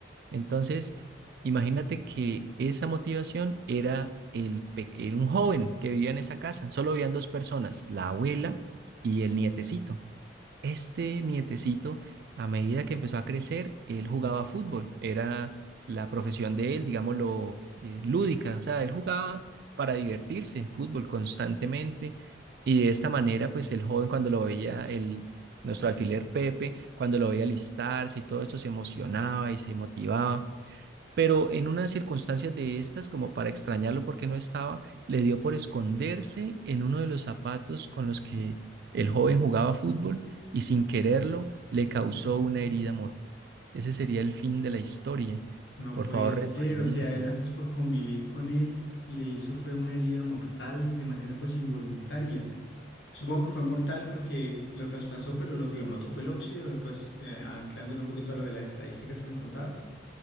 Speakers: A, on the right (about 55°); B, on the left (about 70°).
A: Entonces, imagínate que esa motivación era el, pe- era un joven que vivía en esa casa. Solo vivían dos personas, la abuela y el nietecito. Este nietecito, a medida que empezó a crecer, él jugaba fútbol. Era la profesión de él, digámoslo, eh, lúdica. O sea, él jugaba para divertirse, fútbol constantemente. Y de esta manera, pues el joven cuando lo veía, el, nuestro alfiler Pepe, cuando lo veía alistarse y todo esto, se emocionaba y se motivaba pero en unas circunstancias de estas, como para extrañarlo porque no estaba, le dio por esconderse en uno de los zapatos con los que el joven jugaba fútbol y sin quererlo le causó una herida mortal. Ese sería el fin de la historia.
B: No
A: Por
B: puede
A: favor,
B: ser,
A: retroalimenta.
B: o sea, él antes por convivir con él le hizo fue una herida mortal de manera pues involuntaria. Supongo que fue mortal porque lo traspasó, pero lo que lo mató fue el óxido, pues eh, anclándolo un poquito a lo de las estadísticas que me contabas.